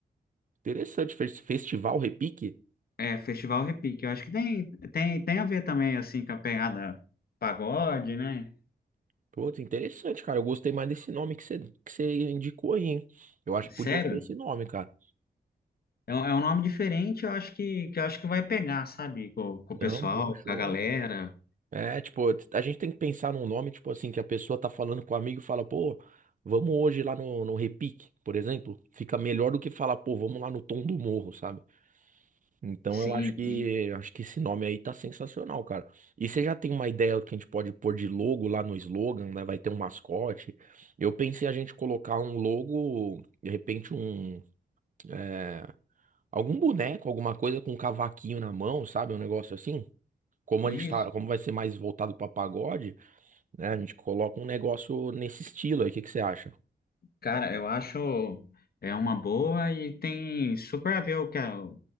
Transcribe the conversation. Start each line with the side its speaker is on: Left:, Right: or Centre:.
Right: Interessante, fes- Festival Repique.
Left: É, Festival Repique. Eu acho que tem, tem, tem a ver também, assim, com a pegada pagode, né?
Right: Pô, interessante, cara. Eu gostei mais desse nome que você que você indicou aí, hein? Eu acho
Left: Sério?
Right: que podia ser esse nome, cara.
Left: É, um é um nome diferente, eu acho que, que eu acho que vai pegar, sabe? Com, com
Right: Não,
Left: o pessoal,
Right: bom show.
Left: com a galera.
Right: É, tipo, a gente tem que pensar num nome, tipo assim, que a pessoa tá falando com o amigo e fala, pô, vamos hoje lá no, no Repique, por exemplo. Fica melhor do que falar, pô, vamos lá no Tom do Morro, sabe? Então
Left: Sim,
Right: eu acho que
Left: sim.
Right: acho que esse nome aí tá sensacional, cara. E você já tem uma ideia do que a gente pode pôr de logo lá no slogan, né? Vai ter um mascote. Eu pensei a gente colocar um logo, de repente um é, algum boneco, alguma coisa com um cavaquinho na mão, sabe? Um negócio assim. Como
Left: Isso.
Right: a gente tá, como vai ser mais voltado pra pagode, né? A gente coloca um negócio nesse estilo aí. O que que você acha?
Left: Cara, eu acho é uma boa e tem super a ver o que a-